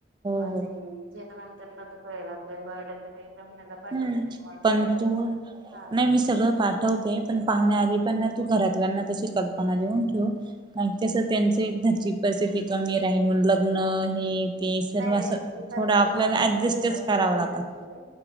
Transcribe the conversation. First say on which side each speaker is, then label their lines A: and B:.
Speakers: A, on the right; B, on the right.
A: हो
B: ते जे नंतरला त कळेल आपल्याला बायोडाटा मी ब्राह्मणाला पाठवते
A: हम्म
B: तुम्हाला
A: पण
B: पाठव.
A: तू
B: हा
A: नाही मी सगळं पाठवते पण पाहण्याआधी पण ना तू घरातल्यांना तशी कल्पना देऊन ठेव तस त्यां घरची परिस्थिती कमी राहील म्ह लग्न हे ते सर्व
B: नाही नाही
A: असं
B: चिकन
A: थोडं आपल्याला
B: पण आमच्या
A: ऍडजस्टच
B: घरात
A: करावं
B: तरी
A: लागत.
B: नाहीये